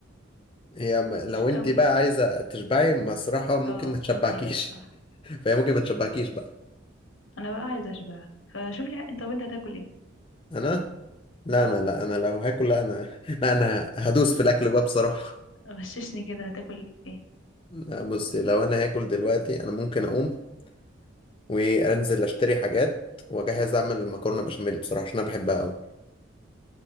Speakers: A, on the left (about 25°); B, on the left (about 70°).
A: هي
B: مش
A: لو
B: قوي
A: انت بقى عايزة تشبعي بصراحة ممكن
B: اه
A: ما تشبعكيش
B: انا عايزة اشبع
A: فهي ممكن ما تشبعكيش بقى
B: انا بقى عايزة اشبع فشوف لي انت طب انت هتاكل ايه
A: انا لا
B: اه
A: انا لا انا لو هاكل لا انا لا انا هدوس في الاكل بقى بصراحه
B: غششني كده هتاكل ايه
A: لا بصي لو انا هاكل دلوقتي انا ممكن اقوم وانزل اشتري حاجات واجهز اعمل مكرونه بشاميل بصراحه عشان انا بحبها قوي